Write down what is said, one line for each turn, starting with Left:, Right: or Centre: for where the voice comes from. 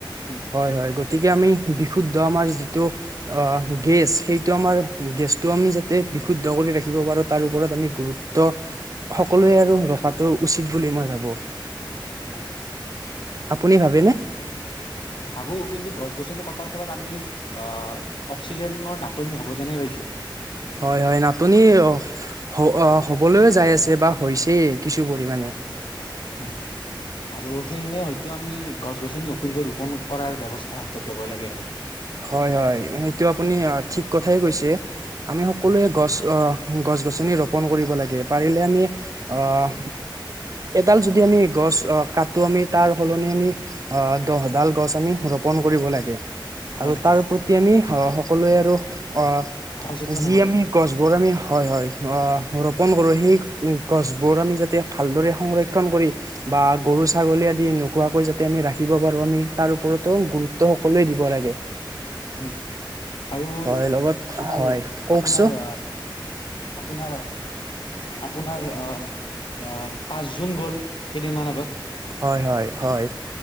Left: উম
Right: হয় হয় গতিকে আমি বিশুদ্ধ আমাৰ যিটো অ গেছ, সেইটো আমাৰ গেছটো আমি যা তে বিশুদ্ধ কৰি ৰাখিব পাৰোঁ তাৰ ওপৰত আমি গুৰুত্ব সকলোৱে আৰু ৰখাটো উচিত বুলি মই ভাবো।
Left: হয়।
Right: আপুনি ভাবেনে?
Left: ভাবো কিন্তু গছ গছনি কটাৰ ফলত আমি আহ' অক্সিজেনৰ নাটনি হ'ব যেনেই পাইছো।
Right: হয় হয় নাটনি হ অ হবলৈয়ে যাই আছে বা হৈছেই কিছু পৰিমাণে।
Left: উম আৰু সেয়েহে হয়তো আমি গছ গছনি নতুনকৈ ৰোপণ কৰাৰ ব্যৱস্থা হাতত ল'ব লাগে আৰু,
Right: হয় হয় সেইটো আপুনি আ ঠিক কথাই কৈছে। আমি সকলোৱে
Left: উম
Right: গছ আহ গছ গছনি ৰোপন কৰিব লাগে পাৰিলে আমি, অহ এডাল যদি আমি গছ ৰ কাটো আমি তাৰ সলনি আমি অ দহডাল গছ আমি ৰোপন কৰিব লাগে।
Left: হয়
Right: আৰু
Left: হয়
Right: তাৰ প্ৰতি আমি অ সকলোৱে আৰু অ
Left: সচেতন
Right: যি
Left: হ'ব
Right: আমি
Left: লাগে
Right: গছ, গছবোৰ আমি হয় হয় ৰোপণ কৰোঁ সেই গছবোৰ আমি যাতে, ভালদৰে সংৰক্ষণ কৰি, বা গৰু ছাগলী আদি নোখোৱাকৈ যাতে আমি ৰাখিব পাৰো আমি তাৰ ওপৰতো গুৰুত্ব সকলোৱে দিব লাগে।
Left: হম আৰু
Right: হয় লগত
Left: আপোনাৰ-আপোনাৰ
Right: হয় কওকচোন
Left: আপোনাৰ অ আপোনাৰ অ, অ, পাঁচ জুন গ'ল কেইদিনমান আগত।
Right: হয়-হয়-হয়